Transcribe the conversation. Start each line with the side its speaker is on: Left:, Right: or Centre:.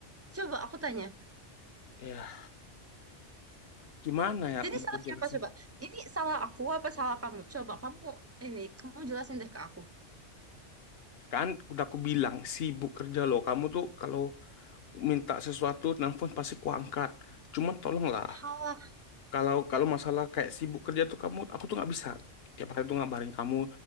Right: Coba aku tanya.
Left: ya gimana ya
Right: Jadi
Left: mau
Right: salah
Left: aku jelasin
Right: siapa coba? Ini salah aku apa salah kamu? Coba kamu ini, kamu jelasin deh ke aku.
Left: kan udah aku bilang sibuk kerja loh kamu tuh kalau minta sesuatu nelfon pasti kuangkat cuman tolonglah
Right: Salah.
Left: kalau kalau masalah kayak sibuk kerja tuh kamu aku tuh nggak bisa tiap hari tuh ngabarin kamu